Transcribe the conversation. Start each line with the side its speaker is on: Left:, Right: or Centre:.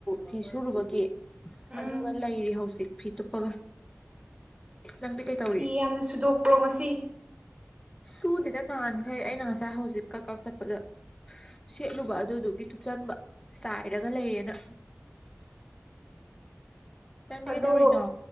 Left: ꯐꯤ ꯁꯨꯔꯨꯕꯒꯤ
Right: ꯎꯝ
Left: ꯑꯗꯨꯒ ꯂꯩꯔꯤ ꯍꯧꯖꯤꯛ ꯐꯤ ꯇꯨꯞꯄꯒ ꯅꯪꯗꯤ ꯀꯩꯇꯧꯔꯤ
Right: ꯐꯤ ꯌꯥꯝꯅ ꯁꯨꯗꯣꯛꯄ꯭ꯔꯣ ꯉꯁꯤ
Left: ꯁꯨꯗꯤꯗ ꯅꯅꯥꯍꯥꯟꯈꯩ ꯑꯩꯅ ꯉꯁꯥꯏ ꯍꯧꯖꯤꯛ ꯀꯛ ꯀꯛ ꯆꯠꯄꯗ ꯁꯦꯠꯂꯨꯕ ꯑꯗꯨꯗꯨꯒꯤ ꯊꯨꯞꯆꯟꯕ ꯆꯥꯏꯔꯒ ꯂꯩꯌꯦꯅ
Right: ꯎꯝ
Left: ꯅꯪꯗꯤ
Right: ꯑꯗꯣ
Left: ꯀꯩ ꯇꯧꯔꯤꯅꯣ